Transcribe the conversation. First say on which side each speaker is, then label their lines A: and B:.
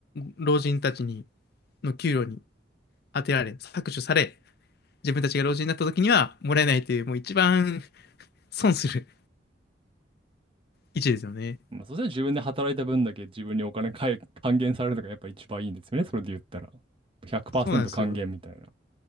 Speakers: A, on the left; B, on the right.
A: 老人たちに、の給料に当てられ、搾取され、自分たちが老人になった時にはもらえないという、もう一番損する位置ですよね。
B: まあ、そしたら自分で働いた分だけ自分にお金かえ <laughs> 還元されるのがやっぱ一番いいんですよね。それで言ったら。100%
A: そうなんですよ。
B: 還元みたいな。